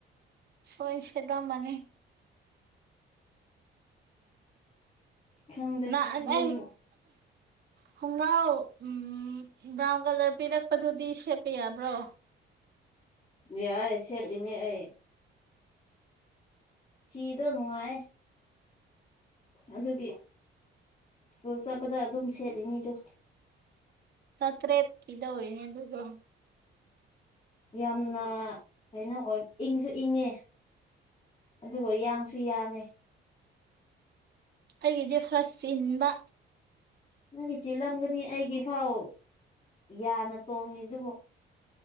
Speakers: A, on the right; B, on the left.
A: ꯁꯣꯏ ꯁꯦꯗ ꯂꯝꯃꯅꯤ
B: ꯈꯪꯗꯦ
A: ꯉꯍꯥꯟ
B: ꯌꯨꯝ
A: ꯑꯩ ꯈꯣꯡꯒꯔꯥꯎ ꯎꯝ ꯕ꯭ꯔꯥꯎꯟ ꯀꯂꯔ ꯄꯤꯔꯛ ꯑꯗꯨꯗꯤ ꯁꯦꯠꯄ ꯌꯥꯕ꯭ꯔꯣ
B: ꯌꯥꯏ ꯁꯦꯠꯂꯤꯅꯤ ꯑꯩ ꯐꯤꯗꯣ ꯅꯨꯡꯉꯥꯏꯌꯦ ꯑꯗꯨꯒꯤ ꯁ꯭ꯀꯨꯜ ꯆꯠꯄꯗ ꯑꯗꯨꯝ ꯁꯦꯠꯂꯤꯅꯤꯗꯨ
A: ꯆꯥꯇ꯭ꯔꯦꯠꯀꯤ ꯂꯧꯔꯤꯅꯤ ꯑꯗꯨꯗꯣ꯫
B: ꯌꯥꯝꯅ ꯀꯩꯅꯣ ꯑꯣꯏ ꯏꯪꯁꯨ ꯏꯪꯉꯦ ꯑꯗꯨꯒ ꯌꯥꯡꯁꯨ ꯌꯥꯡꯉꯦ
A: ꯑꯩꯒꯤꯗꯤ ꯈꯔ ꯆꯤꯟꯕ
B: ꯅꯪꯒꯤ ꯆꯤꯜꯂꯝꯒꯅꯤ ꯑꯩꯒꯤ ꯐꯥꯎ ꯌꯥꯅ ꯇꯣꯡꯉꯤꯁꯤꯕꯨ